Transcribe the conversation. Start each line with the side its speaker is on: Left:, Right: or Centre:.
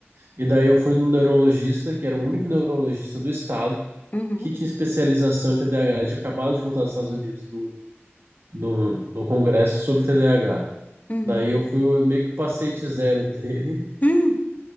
Right: E daí eu fui num neurologista, que era o único neurologista do estado,
Left: uhum,
Right: que tinha especialização em TDAH. Ele tinha acabado de voltar dos Estados Unidos do, do, do congresso sobre TDAH.
Left: uhum.
Right: Daí eu fui o- meio que o paciente zero dele,
Left: Hum,